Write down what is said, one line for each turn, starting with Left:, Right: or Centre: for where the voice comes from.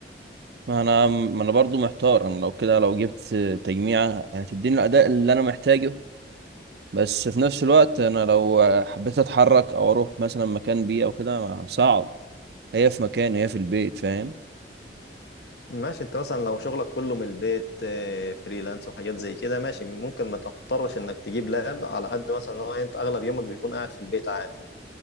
Right: ما انا ما انا برضه محتار انا لو كده لو جبت تجميعة هتديني الاداء اللي انا محتاجه بس في نفس الوقت انا لو حبيت اتحرك او اروح مثلا مكان بيه او كده صعب هي في مكان هي في البيت فاهم
Left: ماشي انت مثلا لو شغلك كله من البيت آه، فريلانس وحاجات زي كده ماشي ممكن ما تضطرش انك تجيب لاب على قد مثلا ان هو انت اغلب يومك بيكون قاعد في البيت عادي